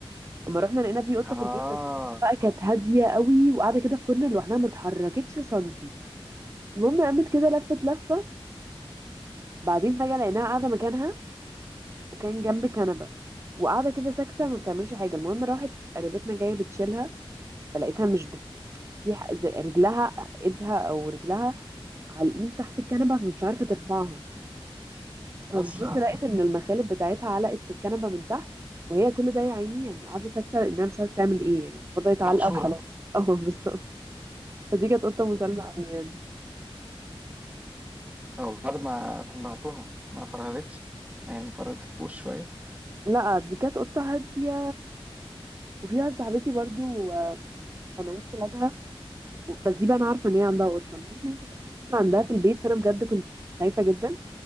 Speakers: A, on the right; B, on the right.
A: اما رحنا لقينا في قطة
B: اه
A: في البيت بس القطة بقى كانت هادية قوي وقاعدة كده في كورنر لوحدها ما اتحركتش سنتي المهم قامت كده لفت لفة بعدين فجأة لقيناها قاعدة مكانها وكان جنب كنبة وقاعدة كده ساكتة ما بتعملش حاجة المهم راحت قريبتنا جاية بتشيلها فلقيتها مش بت... في ح- زي رجلها ايدها او رجلها عالقين تحت الكنبة فمش عارفة ترفعها
B: أصلا
A: فبتبص لقيت ان المخالب بتاعتها علقت في الكنبة من تحت وهي كل ده يا عيني يعني قاعدة ساكتة لانها مش عارفة تعمل ايه يعني فضلت علقة
B: محشورة
A: وخلاص <laughs> اه بالظبط فدي كانت قطة مسالمة أوي يعني
B: أو بعد ما طلعتوها ما فرهدتش ما هي ما فرهدتكوش شوية
A: لا دي كانت قطة هادية وفيها صاحبتي برضو آه، كان عيد ميلادها و- بس دي بقى انا عارفه ان هي عندها قطه المهم ان هي كانت عاملة قفل عندها في البيت فانا بجد كنت خايفه جدا